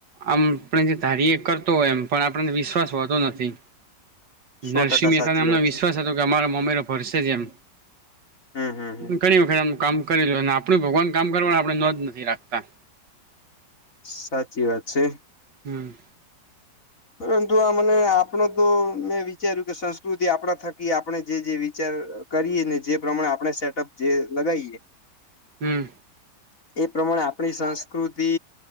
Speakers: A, on the right (about 85°); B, on the left (about 50°).
A: આમ આપણે જે ધારીએ કરતો હોય એમ પણ આપડાને વિશ્વાસ હોતો નથી
B: સો
A: નરસિંહ
B: ટકા
A: મહેતાને
B: સાચી
A: એમનો
B: વાત
A: વિશ્વાસ
B: છે
A: હતો કે અમારો મોમેરો ભરસે જ એમ
B: હમ હમ હમ
A: ઘણી વખત આમ કામ કરેલુ અને આપડુ ભગવાન કામ કરવાની આપણે નોંધ નથી રાખતા
B: સાચી વાત છે
A: હમ
B: પરંતુ આ મને આપડો તો મેં વિચાર્યું કે સંસ્કૃતિ આપણા થકી આપણે જે જે વિચાર કરી ને જે પ્રમાણે આપણે સેટઅપ જે લગાઈએ
A: હું
B: એ પ્રમાણે આપણી સંસ્કૃતિ